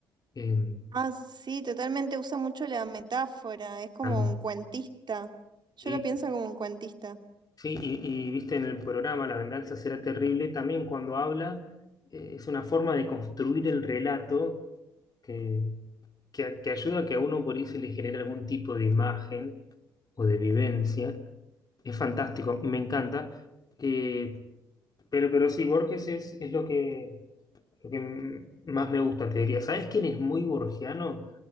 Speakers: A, on the left; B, on the right.
A: Eh,
B: Ah, sí, totalmente usa mucho la metáfora, es como
A: también.
B: un cuentista. Yo
A: Y,
B: lo pienso como un cuentista.
A: sí, y, y viste en el programa La venganza será terrible, también cuando habla, eh, es una forma de construir el relato que, que, que ayuda a que a uno por ahí se le genere algún tipo de imagen o de vivencia. Es fantástico, me encanta. Eh, pero, pero sí, Borges es, es lo que, lo que más me gusta, te diría. ¿Sabes quién es muy borgiano?